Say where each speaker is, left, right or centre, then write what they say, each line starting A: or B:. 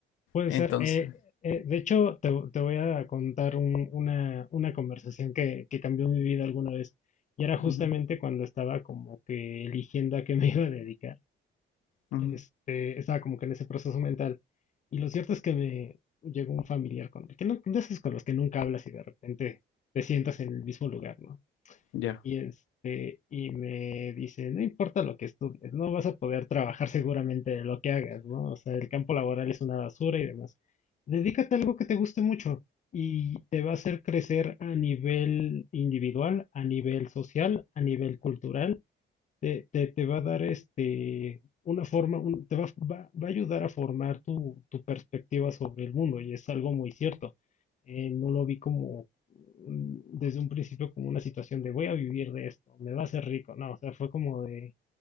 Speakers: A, on the left; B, on the left.
A: puede
B: Entonces,
A: ser. Eh, eh, de hecho, te, te voy a contar un- una, una conversación que, que cambió mi vida alguna vez. Y era justamente
B: ujú,
A: cuando estaba como que eligiendo a qué me iba a dedicar.
B: ujú,
A: este, estaba como que en ese proceso mental. Y lo cierto es que me llegó un familiar con que no, de esos con los que nunca hablas y de repente te sientas en el mismo lugar, ¿no?
B: ya,
A: Y este, y me dice, no importa lo que estudies, no vas a poder trabajar seguramente de lo que hagas, ¿no? O sea, el campo laboral es una basura y demás. Dedícate a algo que te guste mucho y te va a hacer crecer a nivel individual, a nivel social, a nivel cultural te, te, te va a dar este, una forma, un- te va, va- va a ayudar a formar tu, tu perspectiva sobre el mundo y es algo muy cierto. Eh, no lo vi como mm, desde un principio como una situación de voy a vivir de esto, me va a hacer rico, no, o sea, fue como de